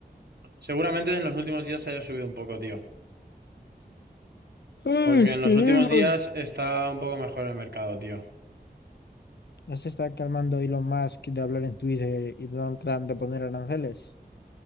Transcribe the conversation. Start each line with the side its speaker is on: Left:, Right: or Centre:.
Right: Seguramente en los últimos días se haya subido un poco, tío.
Left: ¡Ay,
Right: Porque
Left: esperemos!
Right: en los últimos días está un poco mejor el mercado, tío.
Left: Ya se está calmando Elon Musk de hablar en Twitter y Donald Trump de poner aranceles.